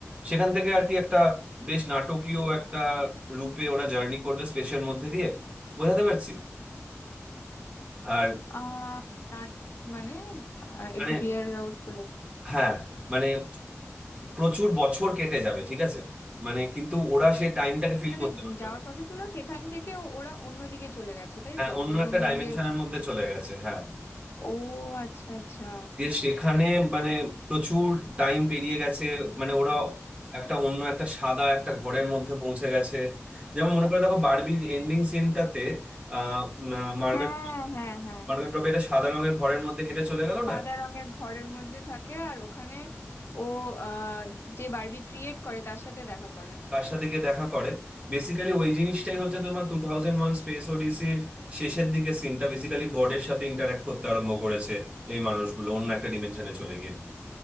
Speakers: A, on the right; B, on the left.
A: সেখান থেকে আর কি একটা বেশ নাটকীয় একটা রূপে ওরা জার্নি করবে স্পেসের মধ্যে দিয়ে বোঝাতে পারছি আর
B: আহ না- মানে আহ,
A: মানে
B: একটু ক্লিয়ার আউট করলো
A: হ্যাঁ মানে প্রচুর বছর কেটে যাবে ঠিক আছে মানে কিন্তু ওরা সেই টাইমটাকে ফিল
B: মানে
A: করতে পারবে
B: যাওয়ার
A: না
B: কথা ছিল সেখান থেকে ও- ওরা অন্যদিকে চলে গেছে তাই
A: হ্যাঁ
B: তো
A: অন্য
B: ওদেরকে
A: একটা
B: অন্যদিকে
A: ডাইমেনশনের মধ্যে চলে গেছে হ্যাঁ
B: ও আচ্ছা আচ্ছা
A: দিয়ে সেখানে মানে প্রচুর টাইম পেরিয়ে গেছে মানে ওরা একটা অন্য একটা সাদা একটা ঘরের মধ্যে পৌঁছে গেছে যেমন মনে করে দেখো বারবির এন্ডিং সিনটাতে আহ মার্গারেট
B: হ্যাঁ হ্যাঁ হ্যাঁ
A: মার্গারেট রবি একটা সাদা রঙের ঘরের মধ্যে হেঁটে চলে গেল
B: সাদা
A: না
B: রঙের ঘরের মধ্যে থাকে আর ওখানে ও আহ যে বারবি ক্রিয়েট করে তার সাথে দেখা করে
A: কার সাথে গিয়ে দেখা করে বেসিক্যালি ওই জিনিসটাই হচ্ছে তোমার টু থাউজেন্ড ওয়ান স্পেস ওডিসির শেষের দিকে সিনটা বেসিক্যালি গডের সাথে ইন্টারাক্ট করতে আরম্ভ করেছে এই মানুষগুলো অন্য একটা ডিমেনশনে চলে গিয়ে